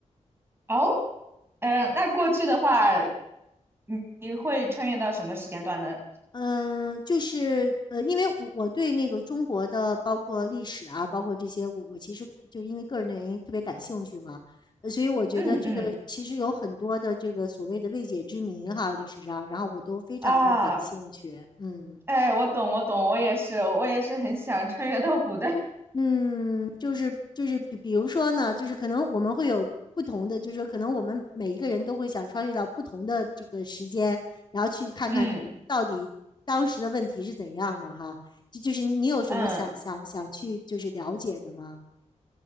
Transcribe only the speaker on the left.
嗯，呃就是呃，因为我我对那个中国的包括历史啊，包括这些，我我其实就因为个人的原因特别感兴趣嘛，呃所以我觉得这个其实有很多的这个所谓的未解之谜哈，
历史上，然后我都非常的感兴趣，
嗯。
嗯，就是就是比比如说呢，就是可能我们会有不同的，就是说可能我们每一个人都会想穿越到不同的这个时间，然后去看看到底当时的问题是怎样的哈。
就就是你有什么想想想去就是了解的吗？